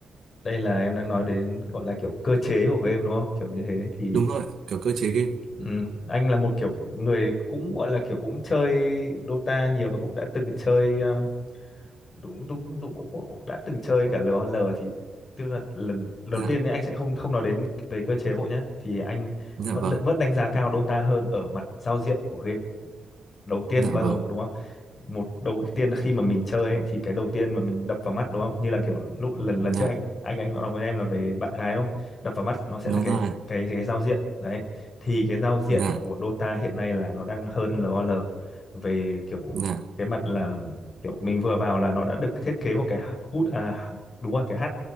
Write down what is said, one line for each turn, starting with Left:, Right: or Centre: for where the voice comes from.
Left: Đây là em đang nói đến gọi là kiểu cơ chế của game đúng không? Kiểu như thế thì
Right: đúng rồi kiểu cơ chế game
Left: ừ, anh là một kiểu người cũng gọi là kiểu cũng chơi Dota nhiều và cũng đã từng chơi ờ, đúng đúng, đúng cũng cũng đã từng chơi cả LOL thì tức là lần đầu
Right: dạ
Left: tiên ấy anh sẽ không không nói đến về cơ chế vội nhá thì anh
Right: dạ
Left: vẫn
Right: vâng
Left: vẫn đánh giá cao Dota hơn ở mặt giao diện của game. Đầu tiên
Right: dạ
Left: bao
Right: vâng
Left: giờ đúng không? một đầu tiên khi mà mình chơi ấy, thì cái đầu tiên mà mình đập vào mắt đúng không như là kiểu lúc lần lần
Right: dạ
Left: trước anh anh anh nói với em là về bạn gái đúng không đập vào mắt nó sẽ
Right: đúng
Left: là cái
Right: rồi
Left: cái cái giao diện đấy thì cái giao diện
Right: dạ
Left: của Dota hiện nay là nó đang hơn LOL về kiểu
Right: dạ
Left: cái mặt là kiểu mình vừa vào là nó đã được thiết kế một cái hút à đúng rồi cái H